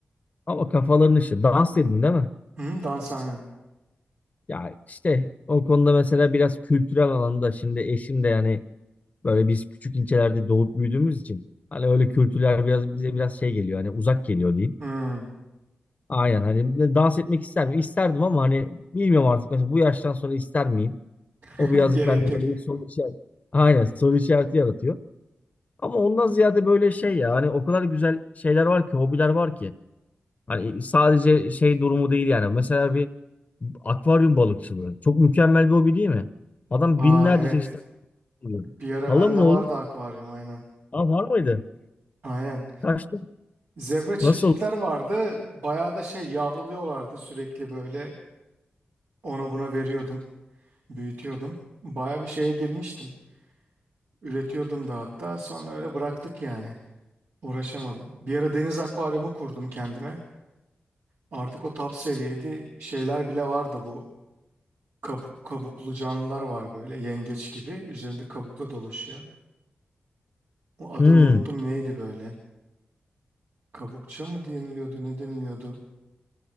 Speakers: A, on the left; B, on the right.
A: ama kafaların işi. Dans dedin değil mi?
B: Hı, dans aynen.
A: Ya işte o konuda mesela biraz kültürel alanda şimdi eşim de yani böyle biz küçük ilçelerde doğup büyüdüğümüz için hani öyle kültürler biraz bize biraz şey geliyor hani uzak geliyor diyeyim.
B: Hı,
A: Aynen hani de dans etmek ister mi İsterdim ama hani bilmiyorum artık mesela bu yaştan sonra ister miyim?
B: <laughs>
A: O birazcık
B: gerek
A: bende
B: yok.
A: böyle bir soru işareti. Aynen soru işareti yaratıyor. Ama ondan ziyade böyle şey ya hani o kadar güzel şeyler var ki hobiler var ki. Hani sadece şey durumu değil yani. Mesela bir akvaryum balıkçılığı. Çok mükemmel bir hobi değil mi? Adam
B: Aa
A: binlerce
B: evet
A: çeşit oluyor.
B: bir ara
A: Halamın
B: bende
A: oğlu.
B: vardı akvaryum aynen.
A: Aa var mıydı?
B: Aynen.
A: Kaçtı.
B: Zebra çiklitler
A: Nasıl?
B: vardı. Bayağı da şey yavruluyorlardı sürekli böyle ona buna veriyordum. büyütüyordum. Baya bir şeye girmiştim. Üretiyordum da hatta sonra öyle bıraktık yani. Uğraşamadım. Bir ara deniz akvaryumu kurdum kendime. Artık o top seviyeydi. Şeyler bile vardı bu. Kabuk, kabuklu canlılar var böyle yengeç gibi. Üzerinde kabukla dolaşıyor. O adını
A: Hmm.
B: unuttum neydi böyle. Kabukça mı deniliyordu ne deniliyordu.